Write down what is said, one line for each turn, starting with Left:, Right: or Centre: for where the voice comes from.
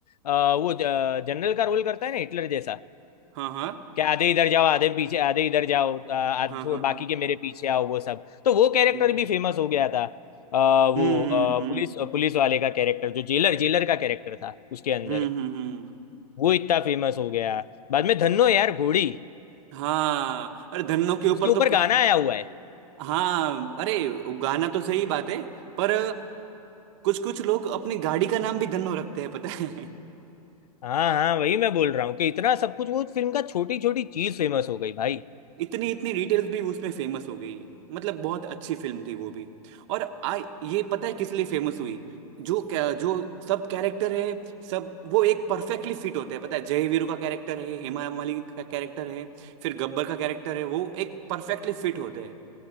Left: आ, वो जनरल का रोल करता है ना हिटलर जैसा
Right: हाँ हाँ
Left: कि आधे इधर जाओ आधे पीछे आधे इधर जाओ आ, आध-
Right: हाँ
Left: थो-
Right: हाँ
Left: बाकी
Right: हाँ
Left: के मेरे पीछे आओ वो सब तो वो कैरेक्टर
Right: हम्म
Left: भी फेमस हो गया था आ, वो
Right: हम्म हम्म
Left: आ,
Right: हम्म
Left: पुलिस पुलिस वाले का कैरेक्टर जो जेलर जेलर का कैरेक्टर था उसके अंदर
Right: हम्म, हम्म, हम्म,
Left: वो इतना फेमस हो गया बाद में धन्नो यार घोड़ी
Right: हाँ अरे धन्नो के ऊपर
Left: उसके ऊपर
Right: तो कि-
Left: गाना आया हुआ है
Right: हाँ अरे गाना तो सही बात है पर कुछ कुछ लोग अपनी गाड़ी का नाम भी धन्नो रखते हैं पता है
Left: हाँ हाँ वही मैं बोल रहा हूँ कि इतना सब कुछ वो फिल्म का छोटी छोटी चीज फेमस हो गई भाई
Right: इतनी इतनी डिटेल्स भी उसमें फेमस हो गई मतलब बहुत अच्छी फिल्म थी वो भी और आ ये पता है किस लिए फेमस हुई जो क्या जो सब कैरेक्टर है सब वो एक परफेक्टली फिट होते हैं पता है जय वीरू का कैरेक्टर है हेमा मालिनी का कैरेक्टर है फिर गब्बर का कैरेक्टर है वो एक परफेक्टली फिट होते हैं